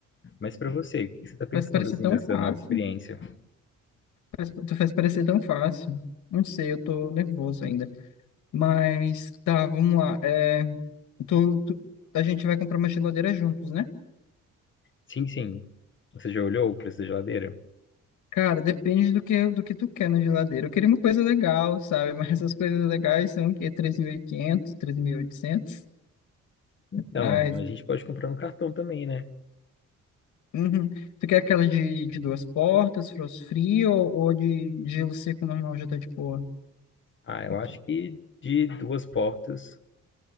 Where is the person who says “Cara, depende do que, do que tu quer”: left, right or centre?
Left